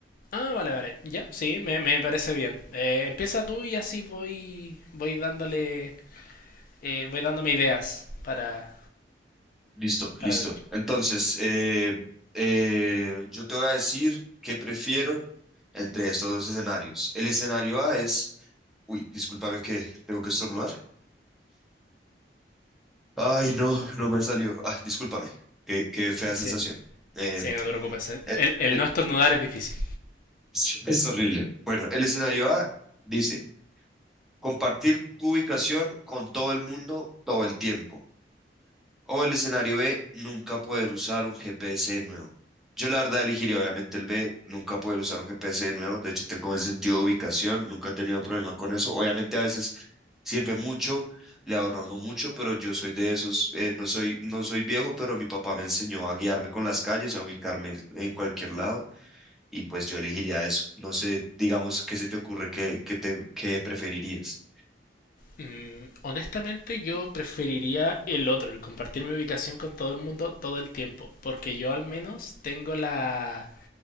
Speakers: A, on the left (about 50°); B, in the centre.
A: Ah, vale, vale, ya, sí, me, me parece bien. Eh, empieza tú y así voy, voy dándole, eh, voy dándome ideas para,
B: Listo, listo.
A: para tratar.
B: Entonces, eh, eh, yo te voy a decir qué prefiero entre estos dos escenarios. El escenario A es, uy, discúlpame que tengo que estornudar. Ay, no, no me salió. Ah, discúlpame. Qué, qué fea sensación.
A: Sí,
B: Em,
A: sí, no te preocupes. eh.
B: eh,
A: El, el
B: eh,
A: no estornudar es difícil.
B: es, es horrible. Bueno, el escenario A dice, compartir tu ubicación con todo el mundo todo el tiempo. O el escenario B, nunca poder usar un GPS de nuevo. Yo la verdad elegiría obviamente el B, nunca poder usar un GPS de nuevo. De hecho, tengo buen sentido de ubicación, nunca he tenido problema con eso. Obviamente a veces sirve mucho, le ahorra a uno mucho, pero yo soy de esos, eh, no soy, no soy viejo, pero mi papá me enseñó a guiarme con las calles, a ubicarme en cualquier lado, y pues yo elegiría eso. No sé, digamos, ¿qué se te ocurre que, que te que preferirías?
A: Mm, honestamente yo preferiría el otro, el compartir mi ubicación con todo el mundo todo el tiempo, porque yo al menos tengo la...